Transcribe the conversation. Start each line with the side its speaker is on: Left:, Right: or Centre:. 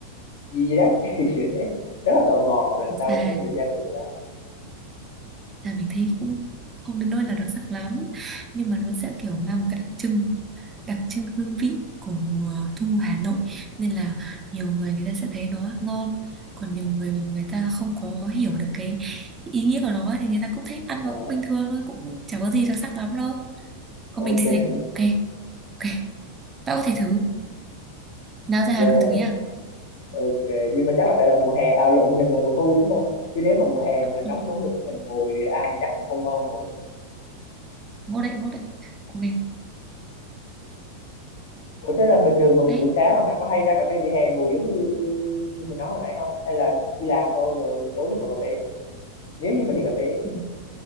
Left: gì đấy <laughs> kiểu thế rất là tò mò lần sau
Right: và
Left: nếu mình sẽ đi ăn thử cái đó
Right: là mình thấy cũng không đến nỗi là đặc sắc lắm nhưng mà nó sẽ kiểu mang một cái đặc trưng đặc trưng hương vị của mùa thu Hà Nội nên là nhiều người người ta sẽ thấy nó ngon còn nhiều người mà người ta không có hiểu được cái ý nghĩa của nó thì người ta cũng thấy ăn
Left: Ờ,
Right: nó cũng bình thường thôi cũng chả có gì đặc sắc lắm đâu còn
Left: ờ,
Right: mình
Left: ok
Right: thì
Left: <laughs>
Right: thấy cũng ok ok bạn có thể thử nào ra
Left: dạ
Right: Hà Nội
Left: và
Right: thử nha
Left: ok nhưng mà chắc là phải là mùa hè à lộn nhầm nhầm mùa thu đúng không chứ nếu mà mùa hè
Right: <laughs>
Left: mà nóng nóng nực thế này mà ngồi ăn thì chắc cũng không ngon nổi nữa
Right: ngon đấy ngon đấy cũng nên
Left: ủa thế là bình thường mà
Right: đấy
Left: buổi sáng là bạn có hay ra cà phê vỉa hè ngồi giống như như mình nói hồi nãy không hay là đi làm thôi rồi tối mới ngồi cà phê nếu như mà đi cà phê ấy.
Right: ừ.